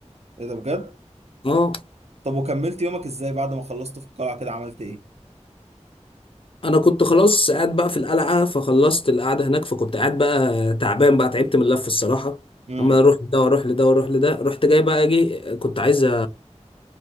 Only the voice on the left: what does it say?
اه
انا كنت خلاص قاعد بقى في القلعه فخلصت القعده هناك فكنت قاعد بقى تعبان بقى تعبت من اللف الصراحه
اما اروح لده واروح لده واروح لده رحت جاي بقى اجي كنت عايز أ-